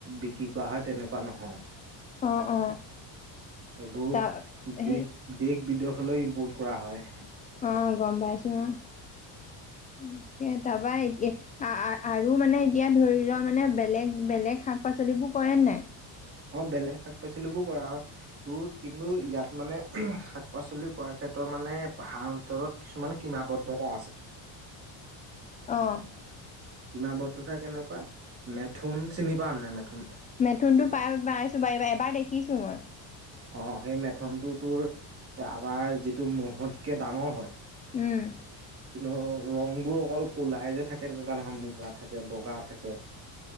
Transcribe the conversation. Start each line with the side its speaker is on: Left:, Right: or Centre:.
Right: বিক্ৰী কৰা হয়, তেনেকুৱা নহয়?
Left: অ অ অ
Right: সেইবোৰ
Left: তাৰ
Right: <unintelligible>
Left: সেই
Right: দেশ বিদেশলৈ ইম্পোৰ্ট কৰা হয়।
Left: অ', গম পাইছো অ'। তাকে তাৰপা এতিয়া আ, আ- আৰু মানে এতিয়া ধৰি লোৱা মানে বেলেগ, বেলেগ শাক পাচলিবোৰ কৰে নাই?
Right: অ', বেলেগ শাক পাচলি বোৰ কৰা হয়। তো কিন্তু ইয়াত মানে শাক পাচলি কৰাৰ ক্ষেত্ৰত মানে পাহাৰ অঞ্চলত কিছুমান সীমাবদ্ধতা আছে।
Left: অ'।
Right: সীমাবদ্ধতা কেনেকুৱা? মেথুন চিনি পাঁও নে নাই? মেথুন।
Left: মেথুনটো পাই পাইছো। <unintelligible> এবাৰ দেখিছো মই।
Right: অ' সেই মেথুনটো তোৰ আমাৰ যিটো ম'হত কে ডাঙৰ হয়। কিন্তু
Left: উম
Right: ৰং বোৰ অকল ক'লাই যে থাকে, তেনেকুৱা নহয় মুগা থাকে, বগা থাকে।